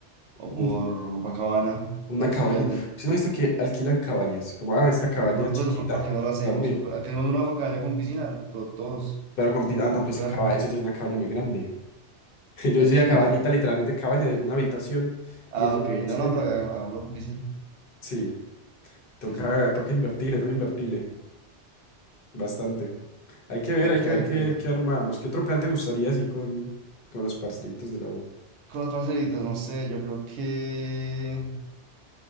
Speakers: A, on the right (about 75°); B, on the left (about 55°).
A: o
B: <laughs>
A: por Copacabana.
B: Una
A: Nosotros
B: cabaña.
A: que ya tenemos.
B: ¿Usted no ha visto que alquilan cabañas? Como, ah, esta cabaña
A: Por, por-
B: chiquita,
A: por eso, por, ¿por qué no lo hacemos?
B: a dormir.
A: Queremos una cabaña con piscina, to- todos,
B: Pero con... pi- Ah,
A: tenemos
B: no, pues
A: plan,
B: que caba- eso ya es una cabaña muy grande. <laughs> Yo
A: con
B: decía
A: piscinita.
B: cabañita, literalmente cabaña de una habitación
A: Ah,
B: y es en
A: ok,
B: el bosque.
A: no, no, pero haga- hagámoslo con piscina.
B: Sí, toca,
A: Sí, sí,
B: toca invertirle, toca invertirle. Bastante. Hay que ver,
A: hay
B: hay
A: que
B: que
A: ver,
B: ver
A: hay
B: qué,
A: que ver.
B: qué armamos. ¿Qué otro plan te gustaría así con, con los parcelitos de la U?
A: Con los parcelitos, no sé, yo creo que.